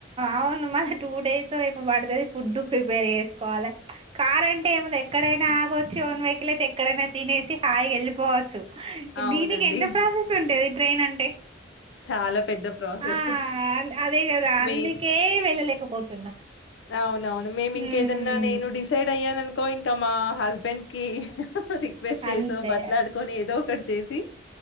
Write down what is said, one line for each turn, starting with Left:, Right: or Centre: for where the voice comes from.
Right: అవును మళ్ళా టూ డేసో ఏమో ప పడతది ఫుడ్డు ప్రిపేర్ చేసుకోవాలె కార్ అంటే ఏంది ఎక్కడైనా ఆగొచ్చు ఓన్ వెయికిల్ అయితే ఎక్కడై నా తినేసి హాయిగా వెళ్ళిపోవచ్చు
Left: అవునండి
Right: దీనికి ఎంత ప్రాసెస్ ఉంటది ట్రైన్ అంటే
Left: చాలా పెద్ద ప్రాసెస్
Right: ఆ అదే గదా
Left: మీ
Right: అందుకే వెళ్ళలేకపోతున్నాం
Left: అవునవును మేము
Right: హ్మ్.
Left: ఇంకేదన్నా నేను డిసైడ్ అయ్యాను అనుకో ఇంక మా హస్బెండ్ కి రిక్వెస్ట్ చేసో
Right: అంతే.
Left: బట్లాడుకొని ఏదో ఒకటి చేసి